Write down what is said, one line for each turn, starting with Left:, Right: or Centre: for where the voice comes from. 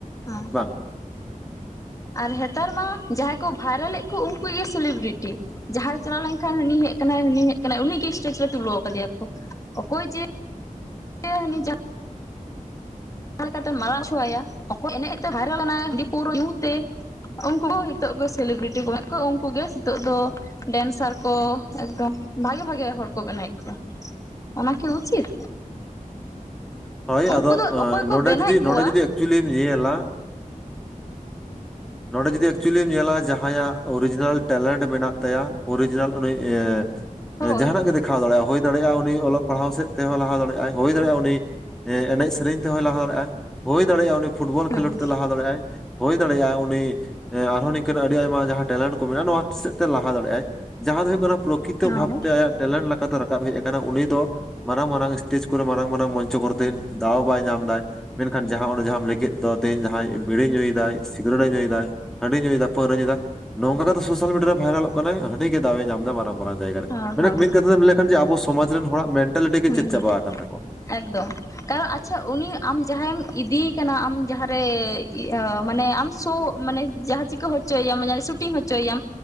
Left: ᱦᱮᱸ
Centre: ᱵᱟᱝ᱾
Left: ᱟᱨ ᱱᱮᱛᱟᱨ ᱢᱟ ᱡᱟᱦᱟᱸᱭ ᱠᱚ ᱵᱷᱟᱭᱨᱟᱞᱮᱫ ᱠᱚ ᱩᱱᱠᱩ ᱜᱮ ᱥᱮᱞᱤᱵᱤᱨᱤᱴᱤ᱾ ᱡᱟᱦᱟᱸ‌ ᱨᱮ ᱪᱟᱞᱟᱣ ᱞᱮᱱᱠᱷᱟᱱ ᱦᱟᱹᱱᱤ ᱦᱮᱡ ᱠᱟᱱᱟᱭ ᱦᱟᱹᱱᱤ ᱦᱮᱡ ᱠᱟᱱᱟᱭ ᱩᱱᱤᱜ ᱜᱮ ᱥᱴᱮᱡᱽ ᱨᱮ ᱛᱩᱞᱟᱹᱣ ᱠᱟᱫᱮᱭᱟ ᱠᱚ᱾ ᱚᱠᱚᱭ ᱡᱮ <inaudible> ᱩᱱᱤ <unintelligible> ᱡᱟᱦᱟᱸ ᱞᱮᱠᱟᱛᱮ ᱢᱟᱲᱟᱝ ᱦᱚᱪᱚᱣᱟᱭᱟ ᱚᱠᱚᱭ ᱮᱱᱮᱡ ᱛᱮ ᱵᱷᱟᱭᱨᱟᱞ ᱟᱠᱟᱱᱟᱭ ᱦᱟᱺᱰᱤ ᱯᱟᱣᱨᱟᱹ ᱧᱩ ᱛᱮ᱾ ᱩᱱᱠᱩ ᱦᱤᱸᱛᱳᱜ ᱜᱮ ᱥᱮᱞᱤᱵᱤᱨᱤᱴᱤ ᱠᱚ ᱢᱮᱱᱟᱜ ᱠᱚ ᱩᱱᱠᱩ ᱜᱮ ᱦᱤᱸᱛᱳᱜ ᱫᱚ᱾ ᱰᱮᱱᱥᱟᱨ ᱠᱚ ᱮᱠᱫᱚᱢ ᱵᱷᱟᱜᱮ ᱵᱷᱟᱜᱮ ᱦᱚᱲ ᱠᱚ ᱵᱮᱱᱟᱣᱮᱫ ᱠᱚᱣᱟ᱾ ᱚᱱᱟ ᱠᱤ ᱩᱪᱤᱛ?
Centre: ᱦᱳᱭ
Left: ᱩᱱᱠᱩ
Centre: ᱟᱫᱚ
Left: ᱫᱚ ᱚᱠᱚᱭ
Centre: ᱱᱚᱸᱰᱮ
Left: ᱠᱚ ᱵᱮᱱᱟᱣᱮᱫ
Centre: ᱡᱩᱫᱤ, ᱱᱚᱸᱰᱮ
Left: ᱠᱚᱣᱟ
Centre: ᱡᱩᱫᱤ ᱮᱠᱪᱩᱭᱮᱞᱤᱢ ᱧᱮᱞᱟ᱾ ᱱᱚᱸᱰᱮ ᱡᱩᱫᱤ ᱮᱠᱪᱩᱭᱮᱞᱤᱢ ᱧᱮᱞᱟ ᱡᱟᱦᱟᱸᱭᱟᱜ ᱚᱨᱤᱡᱤᱱᱟᱞ ᱴᱮᱞᱮᱱᱴ ᱢᱮᱱᱟᱜ ᱛᱟᱭᱟ ᱚᱨᱤᱡᱤᱱᱟᱞ ᱩᱱᱤ ᱮᱸᱻ
Left: ᱦᱳᱭ
Centre: ᱮᱸ, ᱡᱟᱸᱦᱟᱱᱟᱜ ᱜᱮ ᱫᱮᱠᱷᱟᱣ ᱫᱟᱲᱮᱭᱟᱜ-ᱟ, ᱦᱩᱭ ᱫᱟᱲᱮᱭᱟᱜ-ᱟ ᱩᱱᱤ ᱚᱞᱚᱜ ᱯᱟᱲᱦᱟᱣ ᱥᱮᱫ ᱛᱮᱦᱚᱸ ᱞᱟᱦᱟ ᱫᱟᱲᱮᱭᱟᱜ-ᱟᱭ, ᱦᱩᱭ ᱫᱟᱲᱮᱭᱟᱜ-ᱟ ᱩᱱᱤ ᱮᱸ, ᱮᱱᱮᱡ ᱥᱮᱨᱮᱧ ᱛᱮᱦᱚᱸᱭ ᱞᱟᱦᱟ ᱫᱟᱲᱮᱭᱟᱜ-ᱟ, ᱦᱩᱭ ᱫᱟᱲᱮᱭᱟᱜ-ᱟ ᱩᱱᱤ ᱯᱷᱩᱴᱵᱚᱞ
Left: ᱦᱮᱸ
Centre: ᱠᱷᱮᱞᱳᱸᱰ ᱛᱮ ᱞᱟᱦᱟ ᱫᱟᱲᱮᱭᱟᱜ-ᱟᱭ, ᱦᱩᱭ ᱫᱟᱲᱮᱭᱟᱜ-ᱟᱭ ᱩᱱ ᱩᱱᱤ ᱟᱨᱦᱚᱸ ᱱᱤᱝᱠᱟᱹᱱ ᱟᱰᱤ ᱟᱭᱢᱟ ᱡᱟᱦᱟᱸ ᱴᱮᱞᱮᱱᱴ ᱠᱚ ᱢᱮᱱᱟᱜ-ᱟ ᱱᱚᱣᱟ ᱥᱮᱫ ᱛᱮ ᱞᱟᱦᱟ ᱫᱟᱲᱮᱭᱟᱜ-ᱟᱭ ᱡᱟᱦᱟᱸ ᱫᱚ ᱦᱩᱭᱩᱜ ᱠᱟᱱᱟ ᱯᱨᱚ ᱯᱨᱚᱠᱤᱛᱚ
Left: ᱦᱮᱸ
Centre: ᱵᱷᱟᱵᱽᱛᱮ ᱟᱭᱟᱜ ᱴᱮᱞᱮᱱᱴ ᱞᱮᱠᱟᱛᱮ ᱨᱟᱠᱟᱵᱽ ᱦᱮᱡ ᱟᱠᱟᱱᱟ ᱩᱱᱤ ᱫᱚ ᱢᱟᱨᱟᱝ ᱢᱟᱨᱟᱝ ᱮᱥᱴᱮᱡᱽ ᱠᱚᱨᱮ ᱢᱟᱨᱟᱝ ᱢᱟᱨᱟᱝ ᱢᱚᱧᱪᱚ ᱠᱚᱨᱮ ᱛᱮᱦᱮᱧ ᱫᱟᱣ ᱵᱟᱭ ᱧᱟᱢ ᱫᱟᱭ᱾ ᱢᱮᱱᱠᱷᱟᱱ ᱡᱟᱦᱟᱸ ᱚᱸᱰᱮ ᱡᱟᱦᱟᱸᱢ ᱞᱮ ᱠᱮᱫ ᱫᱚ ᱛᱮᱦᱮᱧ ᱡᱟᱦᱟᱸᱭ ᱵᱤᱲᱤ ᱧᱩᱭᱫᱟᱭ ᱥᱤᱜᱽ ᱜᱟᱹᱨᱮᱰᱮ ᱧᱩᱭᱮᱫᱟ, ᱦᱟᱺᱰᱤ ᱧᱩᱭᱫᱟ,, ᱯᱟᱹᱣᱨᱟᱹ ᱧᱩᱭᱫᱟ ᱱᱚᱝᱠᱟ ᱠᱟᱛᱮᱫ ᱥᱳᱥᱟᱞ ᱢᱤᱰᱤᱭᱟ ᱨᱮ ᱵᱷᱟᱭᱨᱟᱞᱚᱜ ᱠᱟᱱᱟᱭ ᱦᱟᱹᱱᱤ ᱜᱮ ᱫᱟᱣᱮ ᱧᱟᱢᱫᱟ ᱢᱟᱨᱟᱝ ᱢᱟᱨᱟᱝ ᱡᱟᱭᱜᱟ ᱨᱮᱺ
Left: ᱦᱮᱸ
Centre: ᱢᱮᱱᱮᱠ
Left: ᱦᱮᱸ
Centre: ᱢᱤᱫ ᱠᱟᱛᱷᱟᱛᱮᱢ ᱞᱮᱠᱷᱟᱱ ᱡᱮ ᱟᱵᱚ ᱥᱚᱢᱟᱡᱽ ᱨᱮᱱ ᱦᱚᱲᱟᱜ ᱢᱮᱱᱴᱟᱞᱤᱴᱤ ᱜᱮ
Left: ᱦᱩᱸ
Centre: ᱪᱮᱫ
Left: ᱦᱩᱸ
Centre: ᱪᱟᱵᱟ ᱟᱠᱟᱱ ᱛᱟᱠᱚᱣᱟ
Left: ᱮᱠᱫᱚᱢ ᱠᱟᱨᱚᱱ ᱟᱪᱪᱷᱟ ᱩᱱᱤ ᱟᱢ ᱡᱟᱦᱟᱸᱭᱮᱢ ᱤᱫᱤᱭᱮ ᱠᱟᱱᱟ ᱟᱢ ᱡᱟᱦᱟᱸᱨᱮ᱾ ᱤᱭᱟᱹ ᱢᱟᱱᱮ ᱟᱢ ᱥᱳ ᱢᱟᱱᱮ ᱡᱟᱦᱟᱸ ᱪᱤᱠᱟᱹ ᱦᱚᱪᱚᱭᱟᱢ ᱢᱟᱱᱮ ᱥᱩᱴᱤᱝ ᱦᱚᱪᱚᱭᱟᱢ᱾